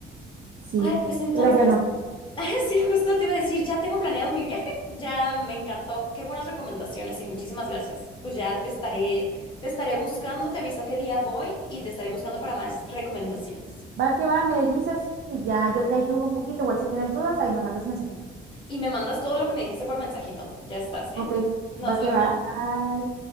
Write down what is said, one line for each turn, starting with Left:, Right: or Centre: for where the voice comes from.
Right: sí.
Left: Ay, pues entonces.
Right: Pero bueno,
Left: <laughs> Sí, justo te iba a decir, ya tengo planeado mi viaje, ya me encantó. Qué buenas recomendaciones y muchísimas gracias. Pues ya te estaré, te estaré buscando, te aviso qué día voy y te estaré buscando para más recomendaciones.
Right: va que va, me divisas y ya yo te ayudo un poquito. Igual si tienes dudas, ahí me mandas mensajito.
Left: Y me mandas todo lo que me dijiste por mensajito. Ya estás, ¿eh?
Right: Ok,
Left: Nos
Right: va
Left: vemos.
Right: que va. Bye.